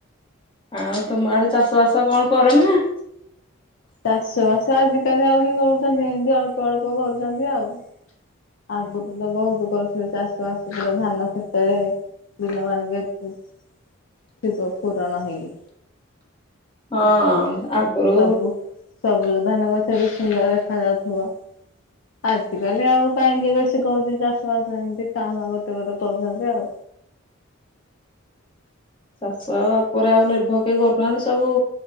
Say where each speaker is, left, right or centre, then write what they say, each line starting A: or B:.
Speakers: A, on the left; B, on the left.
A: ଆଉ ତମ ଆଡେ ଚାଷ ବାସ କଣ କର ନା?
B: ଚାଷ ବାସ ଆଜିକାଲି ଆଉ କି କଣ ଛନ୍ତି ଏମତି ଅଳ୍ପ ଅଳ୍ପ କରୁଛନ୍ତି ଆଉ । ଆଗଠୁ ତ ବହୁତ କରୁଥିଲେ ଚାଷ ବାସ ପ ଧାନ କ୍ଷେତରେ ବିଲ ମାନଙ୍କ ଠ ପୁରଣ ହେଗ
A: ହଁ
B: ଧାନ ଗଛ
A: ଆଗରୁ
B: ସବୁ ସବୁ ଧାନ ଗଛ ବି ସୁନ୍ଦର ଦେଖା ଯାଉଥିବ। ଆଜିକାଲି ଆଉ କାହିଁକି ବେଶୀ କରୁଛି ଚାଷ ବାସ ଏମିତି କାମ ଗୋଟେ ଗୋଟେ କରୁଛନ୍ତି ଆଉ।
A: ଚାଷ ଉପରେ ଆଉ ନିର୍ଭର କେହି କରୁନାହାନ୍ତି ସବୁ